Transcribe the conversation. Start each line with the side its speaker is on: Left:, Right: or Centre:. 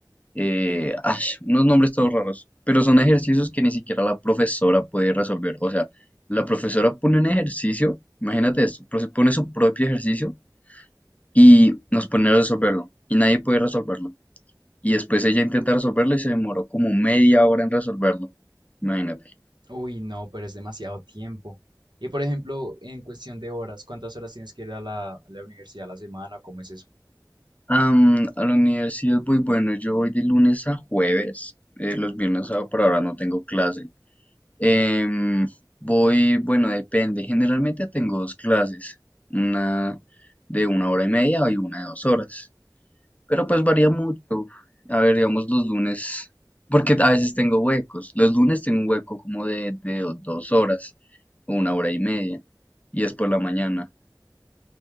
Left: eh, ay, unos nombres todos raros, pero son ejercicios que ni siquiera la profesora puede resolver. O sea, la profesora pone un ejercicio, imagínate esto, pro- pone su propio ejercicio y nos pone a resolverlo y nadie puede resolverlo. Y después ella intenta resolverlo y se demoró como media hora en resolverlo. Imagínate.
Right: Uy, no, pero es demasiado tiempo. Y por ejemplo, en cuestión de horas, ¿cuántas horas tienes que ir a la, a la universidad a la semana? ¿Cómo es eso?
Left: Am, a la universidad voy, bueno, yo voy de lunes a jueves, eh, los viernes a- por ahora no tengo clase. Em, voy, bueno, depende, generalmente tengo dos clases, una de una hora y media y una de dos horas, pero pues varía mucho. A ver, digamos los lunes, porque a veces tengo huecos, los lunes tengo un hueco como de, de do- dos horas, o una hora y media, y es por la mañana.